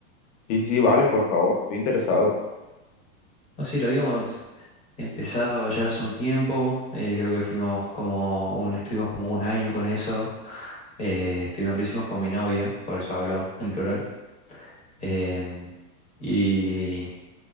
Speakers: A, on the left (about 55°); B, on the left (about 15°).
A: sí, sí, vale, por favor, estoy interesado.
B: No, sí, lo habíamos empezado ya hace un tiempo, eh, creo que fuimos como un, estuvimos como un año con eso, eh, estuvimos, lo hicimos con mi novia, por eso hablo en plural. em, y,